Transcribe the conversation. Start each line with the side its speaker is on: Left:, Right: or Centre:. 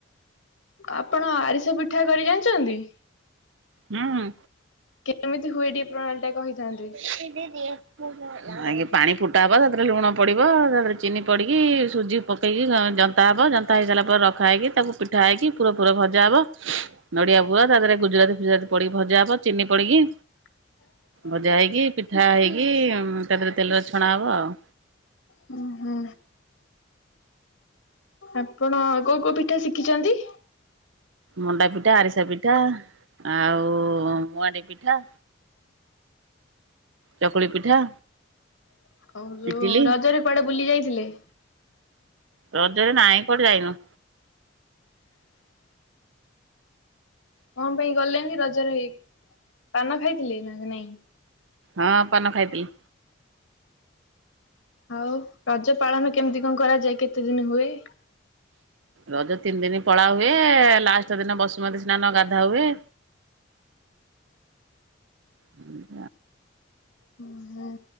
Left: ଆପଣ ଆରିସା ପିଠା କରି ଜାଣିଛନ୍ତି।
Right: ହୁଁ ହୁଁ।
Left: କେମିତି ହୁଏ ଟିକେ ପ୍ରଣାଳୀ ଟା କହିଥାନ୍ତେ।
Right: <unintelligible> ଆଗେ ପାଣି ଫୁଟା ହବ ତା ଦେହରେ ଲୁଣ ପଡିବ ତାରେ ଚିନି ପଡିକି ସୁଜି। ପକେଇକି ଜନ୍ତା ହେବ ଜନ୍ତା ହେଇସାରିଲା ପରେ ରଖା ହେଇକି ତାକୁ ପିଠା ହେଇକି ପୁରା ପୁରା ଭଜା ହେବ। ନଡିଆ ବୁଆ ତାପରେ ଗୁଜୁରାତି ଫୁଜା ପି ଭଜା ହବ ଚିନି ପଡିକି।
Left: <inaudible>
Right: ଭଜା ହେଇକି ପିଠା ହେଇକି ତା ଦେହରେ ତେଲରେ ଛଣା ହେବ ଆଉ।
Left: ହୁଁ ହୁଁ। ଆପଣ କୋଉ କୋଉ ପିଠା ଶିଖିଛନ୍ତି।
Right: ମଣ୍ଡା ପିଠା ଆରିସା ପିଠା ଆଉ ମୁଆଣ୍ଡି ପିଠା। ଚକୁଳି ପିଠା।
Left: <unintelligible>
Right: ଇଟିଲି
Left: ରଜରେ କୁଆଡେ ବୁଲି ଯାଇଥିଲେ।
Right: ରଜରେ ନାଇଁ କୁଆଡେ ଯାଇନୁ।
Left: କଣ ପାଇଁ ଗଲେଣିି ରଜରେ ପାନ ଖାଇଥିଲେ ନା ନାଇଁ?
Right: ହଁ ପନ ଖାଇଥିଲି।
Left: ଆଉ ରଜ ପାଳନ କେମିତି କଣ କରାଯାଏ କେତେ ଦିନ ହୁଏ।
Right: ରଜ ତିନି ଦିନ ପଳା ହୁଏ ଲାଷ୍ଟ ଦିନ ବସୁମତୀ ସ୍ନାନ ଗାଧା ହୁଏ। ହୁଁ।
Left: ଉ ହୁଁ